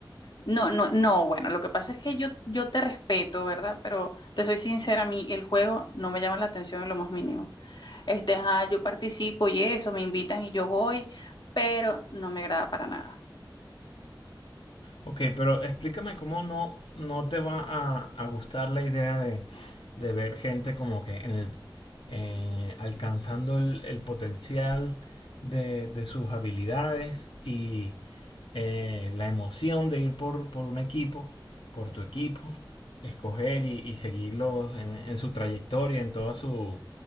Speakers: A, on the left; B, on the left.
A: No, no, no, bueno, lo que pasa es que yo, yo te respeto, ¿verdad? Pero te soy sincera, a mí el juego no me llama la atención en lo más mínimo. Este, ajá, yo participo y eso, me invitan y yo voy, pero no me agrada para nada.
B: Ok, pero explícame cómo no, no te va a, a gustar la idea de, de ver gente como que en el, eh, alcanzando el, el potencial de, de sus habilidades y eh, la emoción de ir por, por un equipo, por tu equipo, escoger y, y seguirlos en, en su trayectoria, en toda su